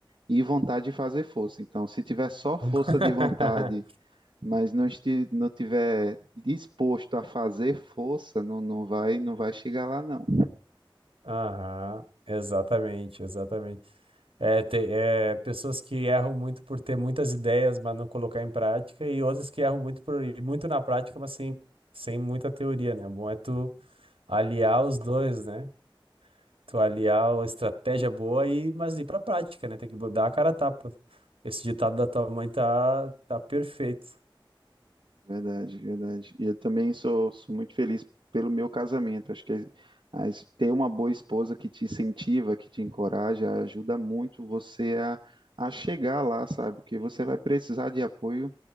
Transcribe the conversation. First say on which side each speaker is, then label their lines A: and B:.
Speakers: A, on the right (about 65°); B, on the right (about 90°).
A: e vontade de fazer força. Então, se tiver só força
B: <laughs>
A: de vontade, mas não esti- não tiver disposto a fazer força, não, não vai, não vai chegar lá, não.
B: Aham, exatamente, exatamente. É, tem, é, pessoas que erram muito por ter muitas ideias, mas não colocar em prática, e outras que erram muito por ir muito na prática, mas sem, sem muita teoria, né? É Bom é tu aliar os dois, né? Tu aliar a estratégia boa e mas ir pra prática, né? Tem que bo- dar a cara a tapa. Esse ditado da tua mãe tá, tá perfeito.
A: Verdade, verdade. E eu também sou, sou muito feliz pelo meu casamento. Acho que a a es- ter uma boa esposa que te incentiva, que te encoraja, ajuda muito você a, a chegar lá, sabe? Porque você vai precisar de apoio